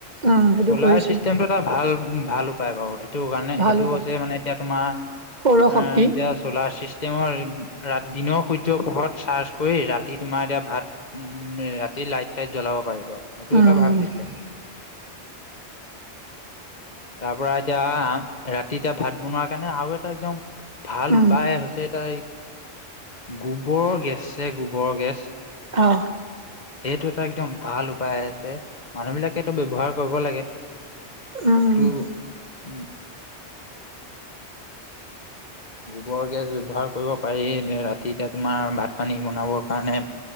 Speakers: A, on the right; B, on the left.
A: উম সেইটো
B: চলাৰ
A: কৰিছে
B: চিষ্টেমটো এটা ভাল ভাল উপায় বাৰু সেই, সেইটো কাৰণে
A: ভাল
B: সেইটো
A: উপায়
B: হৈছে মানে এতিয়া তোমাৰ
A: সৌৰ
B: এ
A: শক্তি
B: এতিয়া চলাৰ চিষ্ট তেওঁৰ দিনৰ সূৰ্য পোহৰত চাৰ কৰি ৰাতি তোমাৰ এতিয়া ভাত উ ৰাতি লাইট চাইট জ্বলাব। অ! এইটো
A: উম
B: এটা ভাল চিচ
A: <inaudible>
B: তাৰ পৰা এতিয়া ৰাতি এতিয়া ভাত বনোৱা কাৰণে আৰু এটা একদম ভাল
A: উম
B: উপায় হৈছে এটা গোবৰৰ গেছযে গোবৰৰ গেছ-
A: অ!
B: সেইটো এটা একদম ভাল উপায় আছে মানুহ বিলাকেটো ব্যৱহাৰ কৰিব লাগে।
A: অ
B: এইটো উম! গোবৰ গেছ ব্যৱহাৰ কৰিব পাৰি ৰাতি এতিয়া তোমাৰ ভাত পানী বনাবৰ কাৰণে,